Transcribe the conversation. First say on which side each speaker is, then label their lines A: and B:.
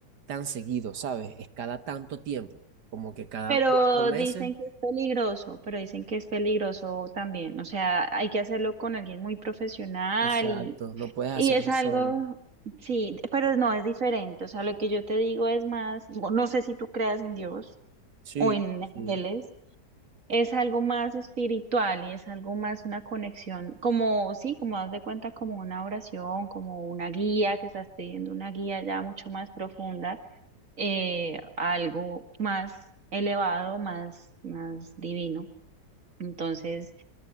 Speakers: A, on the right; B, on the right.
A: tan seguido, ¿sabes? Es cada tanto tiempo, como que cada
B: Pero
A: cuatro meses.
B: dicen que es peligroso, pero dicen que es peligroso también. O sea, hay que hacerlo con alguien muy profesional
A: Exacto,
B: y,
A: no puedes
B: y
A: hacerlo
B: es algo,
A: solo.
B: sí, pero no es diferente. O sea, lo que yo te digo es más, no no sé si tú creas en Dios
A: Sí,
B: o en
A: sí,
B: ángeles, es algo más espiritual y es algo más una conexión, como, sí, como das de cuenta, como una oración, como una guía, que estás pidiendo una guía ya mucho más profunda eh, a algo más elevado, más, más divino. Entonces,